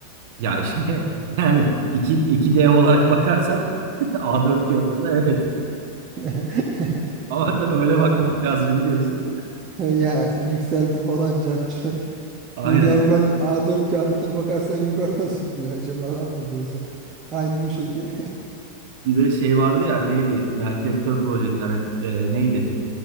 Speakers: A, on the right; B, on the right.
A: Ya şey <laughs> yani iki, iki dev olarak bakarsan <laughs> A4 kağıdında evet.
B: <laughs>
A: Ama tabii öyle
B: Ya,
A: bakmamak lazım biliyorsun.
B: ya yükselti falan cart.
A: Aynen.
B: Normal A4 kağıdına bakarsan yukarı nasıl gidiyor acaba lan mı diyorsun. Aynı bu şekil.
A: Bir de şey vardı ya neydi? Merkeptör Project hani e, neydi?